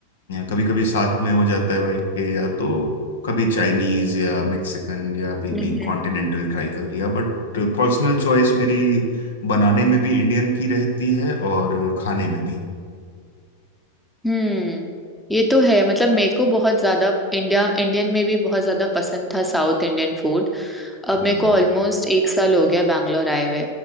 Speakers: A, on the left; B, in the centre.
A: कभी कभी साथ में हो जाता है वाइफ के या तो कभी चाइनीज या मेक्सिकन या भी, भी
B: हम्म
A: कॉन्टिनेंटल ट्राई कर लिया बट पर्सनल चॉइस मेरी बनाने में भी इंडियन की रहती है और खाने में भी
B: हम्म ये तो है मतलब मेरे को बहुत ज्यादा इंडिया इंडियन में भी बहुत ज्यादा पसंद था साउथ इंडियन फूड
A: हम्म
B: अब मेरे को ऑलमोस्ट एक साल हो गया बैंगलोर आए हुए